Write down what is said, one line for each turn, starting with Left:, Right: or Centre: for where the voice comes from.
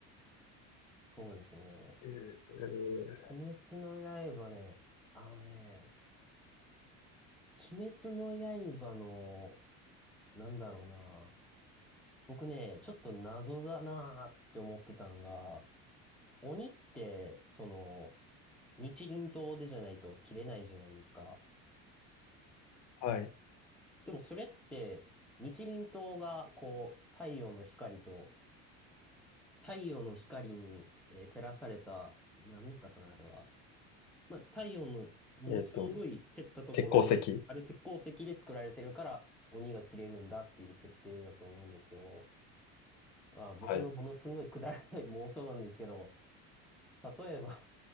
Centre: そうですね。
Left: えー、
Centre: 鬼滅の刃ね、あのね、鬼滅の刃の、なんだろうな。僕ね、ちょっと謎だなーって思ってたんが、鬼って、その、日輪刀でじゃないと切れないじゃないですか。
Left: はい。
Centre: でもそれって、日輪刀が、こう、太陽の光と、太陽の光に、えー照らされた、なんだったかな、あれは。まあ、太陽のものすんごい照ったところにある鉄鉱石で作られてるから、
Left: えっと、鉄鉱石。
Centre: 鬼が切れるんだっていう設定だと思うんですけど、あ、僕のものすんごいくだらない妄想なんですけど、
Left: はい。
Centre: 例えば、